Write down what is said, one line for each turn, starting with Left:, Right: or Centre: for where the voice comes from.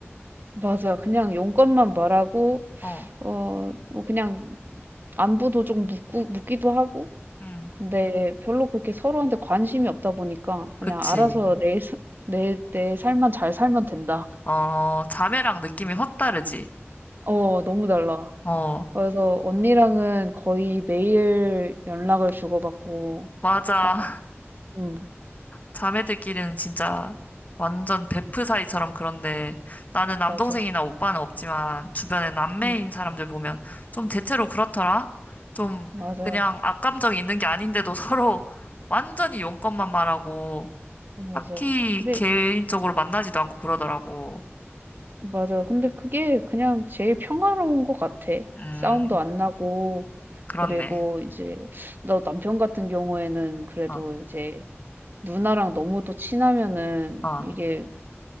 Right: 맞아. 그냥 용건만 말하고,
Left: 어.
Right: 어, 뭐 그냥 안부도 좀 묻고, 묻기도 하고,
Left: 음.
Right: 근데 별로 그렇게 서로한테 관심이 없다 보니까
Left: 그치.
Right: 그냥 알아서 내, 사- 내, 내 삶만 잘 살면 된다.
Left: 어, 자매랑 느낌이 확 다르지.
Right: 어, 너무 달라.
Left: 어,
Right: 그래서 언니랑은 거의 매일 연락을 주고받고
Left: 맞아.
Right: 하고, 응,
Left: 자매들끼리는 진짜 완전 베프 사이처럼 그런데 나는 남동생이나
Right: 맞아.
Left: 오빠는 없지만 주변에 남매인
Right: 응,
Left: 사람들 보면 좀 대체로 그렇더라. 좀
Right: 맞아.
Left: 그냥 악감정이 있는 게 아닌데도 <laughs> 서로 완전히 용건만 말하고
Right: 맞아.
Left: 딱히
Right: 근데
Left: 개인적으로 만나지도 않고 그러더라고.
Right: 맞아. 근데 그게 그냥 제일 평화로운 것 같아.
Left: 음,
Right: 싸움도 안 나고,
Left: 그렇네.
Right: 그리고 이제, 너 남편 같은 경우에는 그래도
Left: 어,
Right: 이제 누나랑 너무 또 친하면은
Left: 어,
Right: 이게